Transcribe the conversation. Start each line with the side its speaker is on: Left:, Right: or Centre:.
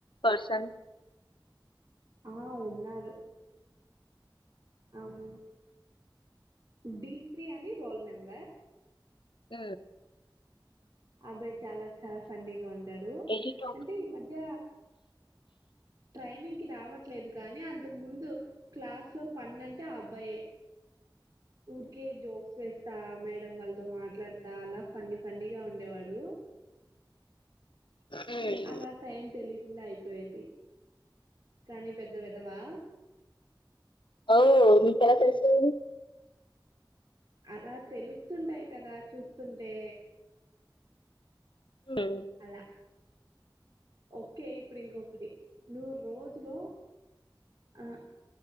Left: పర్సన్
Right: ఆ ఉన్నారు ఆమ్ డి త్రీ అని రోల్ నెంబర్
Left: ఉ
Right: అబ్బాయి చాలా చాలా ఫన్నీగా ఉంటాడు
Left: ఎడిట్
Right: అంటే ఈ మధ్య ట్రైనింగ్కిి రావట్ లేదు కానీ అంతకు ముందు క్లాస్ లో ఫన్ అంటే ఆ అబ్బాయే ఊరికే జోక్స్ వేస్తా మేడం వాళ్ళతో మాట్లాడతా అలా ఫన్న ఫన్నీగా ఉండేవాడు
Left: ఆప్షన్
Right: అలా టైం తెలియకుండా అయిపోయేది కానీ పెద్ద వెదవా
Left: ఓ మీకు ఎలా తెలుసు
Right: అలా తెలుస్తుంటాయి కదా చూస్తుంటే
Left: హ్మ్.
Right: అలా ఓకే ఇప్పుడు ఇంకొకటి నువ్వు రోజులు ఆ